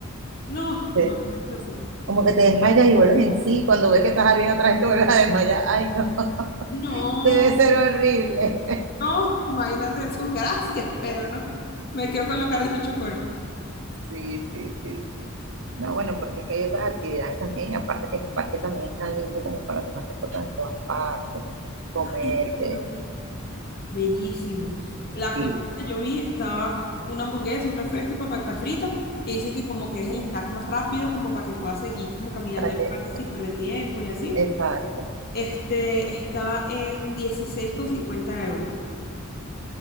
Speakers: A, on the left (about 45°); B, on the right (about 65°).
A: No,
B: Se
A: imagínate tú.
B: Como que te desmayas y vuelves en sí. Cuando ves que estás arriba otra vez te vuelves a desmayar. Ay, no. <laughs>
A: No,
B: Debe ser horrible.
A: no, imagínate tú, gracias, pero no. Me quedo con los carritos chocones.
B: Sí, sí, sí, sí. No, bueno, porque es que hay otras actividades también. Aparte que el parque también es tan lindo como para tomarte fotos en todas partes. Comer,
A: Ay,
B: que
A: no. Bellísimo. La
B: sí,
A: comida
B: sí.
A: yo vi estaba una hamburguesa, un refresco y papas fritas, que dicen que como que es el snack más rápido, como para que puedas seguir como caminando
B: Para
A: el
B: que,
A: parque sin perder tiempo y así.
B: exacto.
A: Este estaba en 16,50 euros